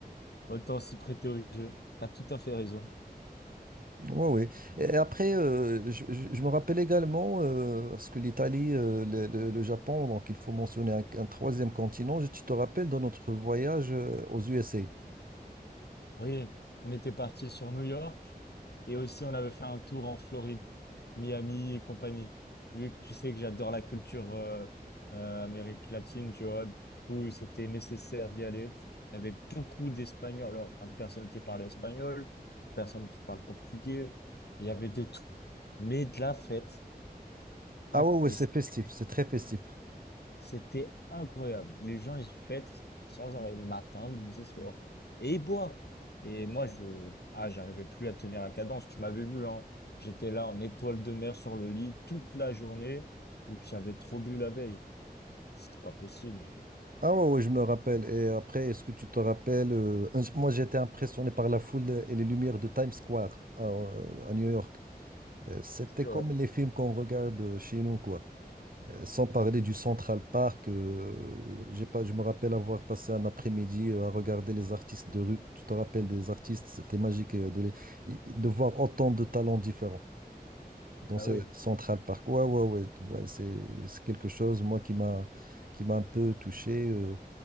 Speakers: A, on the left (about 85°); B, on the right (about 60°).
A: Autant s'y prêter au jeu. T'as tout à fait raison.
B: Ouais, ouais. Et après, euh, je, je- je me rappelle également, euh, parce que l'Italie, euh, le, le- le Japon, donc il faut mentionner un, un troisième continent. Je, tu te rappelles de notre voyage euh, aux USA.
A: Oui, on était parti sur New York et aussi on avait fait un tour en Floride, Miami et compagnie. Vu que tu sais que j'adore la culture euh, euh, Amérique latine, tu vois, du coup c'était nécessaire d'y aller. Il y avait beaucoup d'Espagnols, alors hein, personne qui parlait espagnol, personne qui parle portugais, il y avait de tout. Mais de la fête,
B: Ah
A: imp-
B: ouais, ouais,
A: mais.
B: c'est festif, c'est très festif.
A: C'était incroyable. Les gens, ils fêtent sans arrêt, matin, midi, soir. Et ils boivent. Et moi, je, ah, j'arrivais plus à tenir la cadence. Tu m'avais vu, hein. J'étais là en étoile de mer sur le lit toute la journée, vu que j'avais trop bu la veille. C'était pas possible.
B: Ah ouais, ouais, je me rappelle. Et après, est-ce que tu te rappelles, euh, un- moi j'étais impressionné par la foule et les lumières de Times Square à, à New York. Euh, C'était
A: C'est
B: comme
A: vrai.
B: les films qu'on regarde euh, chez nous, quoi. Sans parler du Central Park, euh, j'ai pas, je me rappelle avoir passé un après-midi euh, à regarder les artistes de rue. Tu te rappelles des artistes, c'était magique euh, de, les, de voir autant de talents différents dans
A: Bah
B: ce
A: oui.
B: Central Park. Ouais, ouais, ouais, tu- ouais, c'est, c'est quelque chose, moi, qui m'a, qui m'a un peu touché. euh.